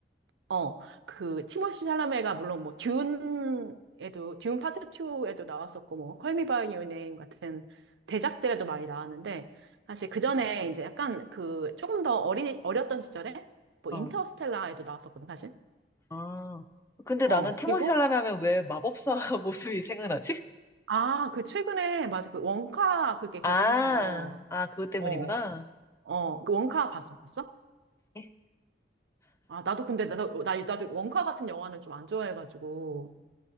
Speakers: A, on the right (about 80°); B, on the left (about 15°).
A: 어, 그 티모시 샬라메가 물론 뭐 듄에도 듄 파트 2에도 나왔었고 뭐 콜미 바이 유 네임 같은 대작들에도 많이 나왔는데 사실 그 전에 이제 약간 그 조금 더 어린 어렸던 시절에 뭐
B: 어,
A: 인터스텔라에도 나왔었거든 사실.
B: 어. 근데
A: 어,
B: 나는 티모시
A: 그리고
B: 샬라메 하면 왜 마법사 <laughs> 모습이 생각나지?
A: 아, 그 최근에 맞아 그 원카 그게 개봉해서
B: 아, 아, 그것 때문이구나.
A: 어, 어, 그 원카 봤었어?
B: 에?
A: 아, 나도 근데 나도 어, 나 나도 원카 같은 영화는 좀 안 좋아해가지고